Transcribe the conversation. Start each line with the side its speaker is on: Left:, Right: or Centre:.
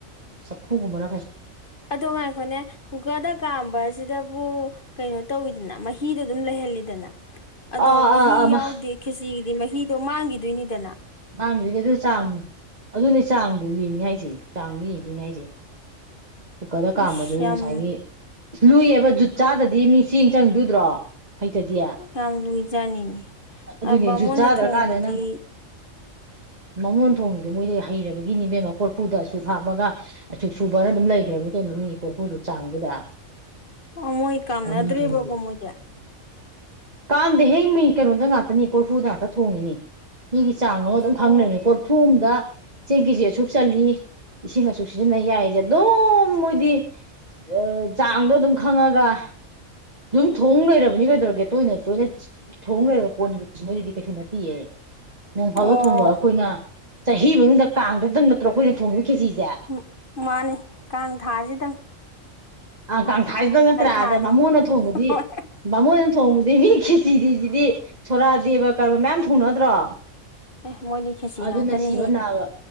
Right: ꯆꯐꯨꯒꯨꯝꯕꯅ ꯐꯩ
Left: ꯑꯗꯣ ꯉꯥꯏꯈꯣꯅꯦ ꯀꯨꯀꯔꯗ ꯀꯥꯝꯕ ꯑꯁꯤꯗꯕꯨ ꯀꯩꯅꯣ ꯇꯧꯋꯤꯗꯅ ꯃꯍꯤꯗꯣ ꯑꯗꯨꯝ ꯂꯩꯍꯜꯂꯤꯗꯅ ꯑꯗꯣ
Right: ꯑꯥ
Left: ꯃꯍꯤ
Right: ꯑꯥ ꯑꯃ
Left: ꯌꯥꯎꯗꯦ ꯈꯦꯆꯤꯒꯤꯗꯤ ꯃꯍꯤꯗꯣ ꯃꯥꯡꯒꯤꯗꯣꯏꯅꯤꯗꯅ
Right: ꯃꯥꯡꯒꯤꯗꯣꯏꯅꯤ ꯑꯗꯨ ꯆꯥꯡ ꯑꯗꯨꯅꯦ ꯆꯥꯡꯗꯣ ꯌꯦꯡꯅꯤ ꯍꯥꯏꯁꯦ ꯆꯥꯡꯗꯣ ꯌꯦꯡꯗꯣꯏꯅꯦ ꯍꯥꯏꯁꯦ ꯀꯨꯀꯔꯗ ꯀꯥꯝꯃꯖꯨ
Left: ꯏꯁ ꯌꯥꯝ
Right: ꯉꯁꯥꯏꯒꯤ ꯂꯨꯏꯌꯦꯕ ꯖꯨꯠ ꯆꯥꯗꯗꯤ ꯃꯤ ꯆꯦꯡ ꯆꯪꯉꯤꯗꯣ ꯎꯗ꯭ꯔꯣ ꯍꯩꯇꯗꯤ
Left: ꯌꯥꯝ ꯂꯨꯏꯖꯥꯠꯅꯤꯅꯦ
Right: ꯑꯗꯨꯅꯦ
Left: ꯕꯥꯃꯣꯟꯅ
Right: ꯖꯨꯠ ꯆꯥꯗ꯭ꯔꯀꯥꯟꯗ
Left: ꯊꯣꯡꯕꯗꯤ
Right: ꯅꯪ ꯕꯥꯃꯣꯟ ꯊꯣꯡꯉꯤꯗꯣ ꯃꯣꯏꯗꯤ ꯍꯩꯔꯕꯒꯤꯅꯦ ꯏꯕꯦꯝꯃ ꯀꯣꯔꯐꯨꯗ ꯑꯁꯨꯛ ꯍꯥꯞꯄꯒ ꯑꯁꯨꯛ ꯁꯨ ꯕꯅ ꯑꯗꯨꯝ ꯂꯩꯒ꯭ꯔꯕꯅꯤ ꯀꯩꯅꯣ ꯃꯤ ꯀꯣꯔꯐꯨꯗꯨ ꯆꯥꯡꯗꯨꯗ
Left: ꯑꯣ ꯃꯣꯏ ꯀꯥꯝꯅꯗ꯭ꯔꯦꯕꯀꯣ
Right: ꯕꯥꯃꯣꯟ ꯊꯣꯡꯉꯤꯗꯨꯗꯤ
Left: ꯃꯣꯏꯗꯤ
Right: ꯀꯥꯝꯗꯦꯍꯦ ꯃꯩ ꯀꯩꯅꯣꯗ ꯉꯥꯛꯇꯅꯤ ꯀꯣꯔꯐꯨꯗ ꯉꯥꯛꯇ ꯊꯣꯡꯉꯤꯅꯤ ꯃꯤꯒꯤ ꯆꯥꯡ ꯑꯃ
Left: ꯑꯣ
Right: ꯑꯗꯨꯝ ꯈꯪ ꯂꯩꯔꯃꯤ ꯀꯣꯔꯐꯨ ꯑꯃꯗ ꯆꯦꯡ ꯀꯦꯖꯤ ꯑꯁꯨꯛ ꯆꯜꯂꯤ ꯏꯁꯤꯡ ꯑꯁꯨꯛ ꯁꯤꯖꯤꯟꯅ ꯌꯥꯏꯖꯦ ꯑꯗꯨꯝ ꯃꯣꯏꯗꯤ ꯑꯥ ꯆꯥꯡꯗꯣ ꯑꯗꯨꯝ ꯈꯪꯉꯒ ꯑꯗꯨꯝ ꯊꯣꯡ ꯂꯩꯔꯕꯅꯤ ꯀꯩꯗꯧꯔꯒꯦ ꯇꯣꯏꯅ ꯇꯣꯏꯅ ꯊꯣꯡ ꯂꯩꯔꯕ ꯄꯣꯠꯅꯤꯕ ꯃꯣꯏꯗꯗꯤ ꯀꯩꯁꯨ ꯅꯠꯇꯤꯌꯦ ꯅꯣꯡ ꯐꯥꯗꯣꯛ
Left: ꯑꯣ
Right: ꯊꯣꯡꯕ ꯑꯈꯣꯏꯅ ꯆꯍꯤ ꯃꯅꯨꯡꯗ ꯀꯥꯡꯗꯨꯝꯗꯪ ꯅꯠꯇ꯭ꯔꯣ ꯑꯈꯣꯏꯅ ꯊꯣꯡꯉꯤꯕ ꯈꯦꯆꯤꯖꯦ
Left: ꯍꯨꯞ ꯃꯥꯅꯤ ꯀꯥꯡ ꯊꯥꯖꯤꯗꯪ
Right: ꯑꯥ ꯀꯥꯡꯊꯥꯖꯤꯗꯪ ꯅꯠꯇ꯭ꯔꯥ
Left: ꯊꯥꯁꯦ
Right: ꯑꯗ ꯕꯥꯃꯣꯟꯅ ꯊꯣꯡꯕꯗꯤ
Left: ꯍꯣꯏ
Right: ꯕꯥꯃꯣꯟꯅ ꯊꯣꯡꯕꯗꯩ ꯃꯤ ꯈꯦꯆꯤꯗꯤꯁꯤꯗꯤ ꯁꯣꯔꯥꯠ ꯗꯦꯕ ꯀꯔꯃꯥ ꯃꯌꯥꯝ ꯊꯣꯡꯅꯗ꯭ꯔꯣ
Left: ꯑꯦ ꯃꯣꯏꯗꯤ ꯈꯦꯁꯤ
Right: ꯑꯗꯨꯅ
Left: ꯉꯥꯛꯇꯅꯤꯍꯦ
Right: ꯁꯤꯕ ꯅꯥꯕ